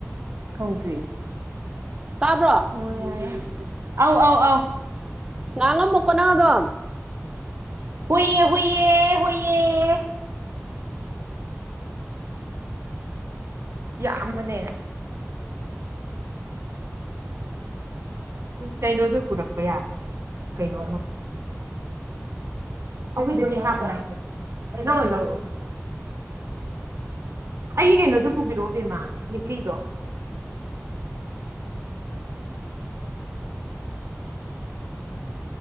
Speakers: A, on the right (about 65°); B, on the right (about 20°).
A: ꯊꯣꯡꯗ꯭ꯔꯤ
B: ꯇꯥꯕ꯭ꯔꯣ
A: ꯑꯣ ꯌꯥꯏ ꯌꯥꯏ ꯑꯧ ꯑꯧ ꯑꯧ
B: ꯉꯥꯡ ꯉꯝꯃꯨꯀꯣ ꯅꯥ ꯑꯗꯨꯝ
A: ꯍꯨꯏꯌꯦ ꯍꯨꯏꯌꯦ ꯍꯨꯏꯌꯦ ꯌꯥꯝꯕꯅꯦ ꯀꯩꯅꯣꯗꯨ ꯄꯨꯔꯛꯄ ꯌꯥ ꯀꯩꯅꯣ ꯑꯩꯗꯨꯗꯗꯤ ꯍꯥꯕ ꯂ ꯅ ꯅꯔ ꯑꯩꯒꯤ ꯀꯩꯅꯣꯗꯨ ꯄꯨꯕꯤꯔꯛꯑꯣ ꯕꯦꯝꯃꯥ ꯂꯤꯛꯂꯤꯗꯣ